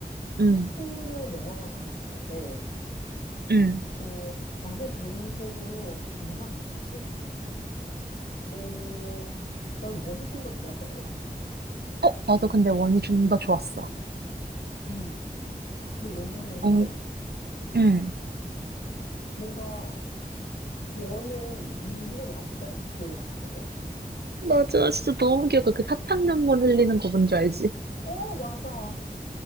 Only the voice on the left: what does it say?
2는 영화관 가서 봤는데,
어, 나는 개인적으로 뭐가 더 좋지? 어, 난 원이 좀 더 좋았던 것 같아.
음. 근데 왜냐면은
뭔가 원은 빙봉이 아직까지도 기억에 남거든?
어, 맞아.